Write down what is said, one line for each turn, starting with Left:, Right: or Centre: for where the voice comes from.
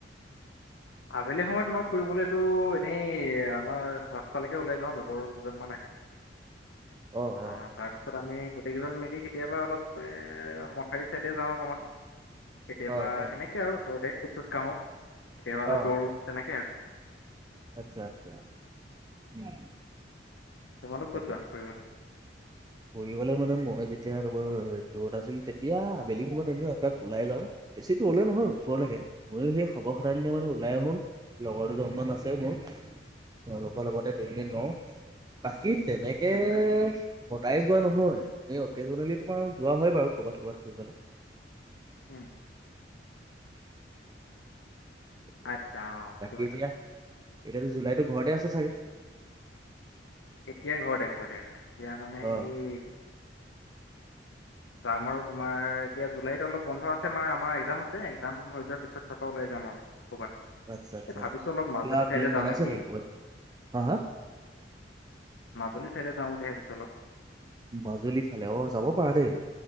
Left: আবেলি সময়ত মই ফুৰিবলেতো এনেই আমাৰ ৰাস্তালৈকে ওলাই যাওঁ, লগৰ দুজনমান আহে। আহ,
Right: অ অ
Left: তাৰপিছত আমি গোটেইকেইজন মিলি কেতিয়াবা অলপ এঁ মথাউৰি ছাইডে যাওঁ অকনমান। কেতিয়াবা
Right: অ অ
Left: সেনেকে আৰু ওচৰতে খোজ চোজ কাঢ়ো, কেতিয়াবা অলপ
Right: অ
Left: দৌৰোঁ
Right: অ
Left: তেনেকে আও।
Right: আচ্ছা আচ্ছা উম
Left: তোমালোক
Right: তাকেহে
Left: ক'ত যোৱা ফুৰিবলৈ <unintelligible>
Right: ফুৰিবলৈ মানে মই যেতিয়া তোমাৰ দূৰত আছিল তেতিয়া আবেলি সময়ত এনেই এপাক ওলাই যাওঁ। বেছি দূৰে নহয় ওচৰলেকে ময়ো সেই খবৰ সাধাৰণ দিনা মানে আহো লগৰটো দুজনমান আছে আছে মোৰ তেওঁলোকৰ লগতে দুই মিনিট লওঁ। বাকী তেনেকে
Left: আচ্ছা
Right: সদায় যোৱা নহয়, এনেই অকেজনেলি তোমাৰ যোৱা হয় বাৰু ক'বাত ক'ৰবাত ফুৰিবলে
Left: উম
Right: উ উ
Left: আচ্ছা অ' সেইটো
Right: বাকী
Left: কথা।
Right: এতিয়া, এতিয়াতো জুলাইতো ঘৰতে আছে চাগে?
Left: এতিয়া ঘৰতে ঘৰতে মানে এয়া মানে
Right: অ
Left: এই যাম আৰু তোমাৰ এতিয়া জুলাইত অলপ বন্ধ আছে, মানে একজাম আছে একজাম হৈ যোৱাৰ পিছত থকা যাম আৰু। ক'বাত।
Right: আচ্ছা আচ্ছা
Left: এই ভাবিছোঁ অলপ মাজুলী
Right: কিবা প্লেন
Left: চাইডে
Right: বনাইছা
Left: যাওঁ নেকি?
Right: ক'বাত হা হা
Left: মাজুল চাইদে যাওঁ বুলি ভাবিছো অলপ।
Right: মাজুলীৰ ফালে অ' যাব পাৰা দেই।